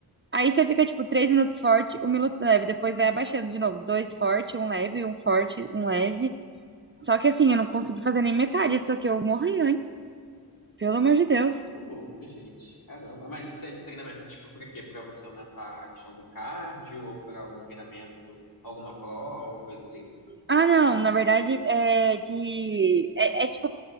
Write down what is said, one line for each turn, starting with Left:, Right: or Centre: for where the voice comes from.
Right: Aí você fica, tipo, três minutos forte, um minuto leve. Depois vai abaixando de novo. Dois forte, um leve, um forte, um leve. Só que assim, eu não consegui fazer nem metade, só que eu morri antes. Pelo amor de Deus.
Left: Ô, louco, gente. Caramba. Mas isso é de treinamento, tipo, pra quê? Pra você aumentar a questão do cardio ou pra algum treinamento, alguma prova, coisa assim?
Right: Ah, não, na verdade, é de. É, é tipo,